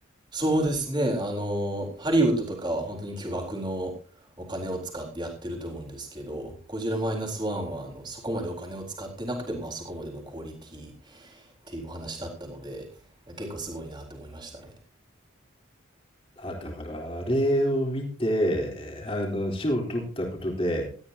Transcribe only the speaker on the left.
あ、だからあれを見て、あの、賞を取ったことで、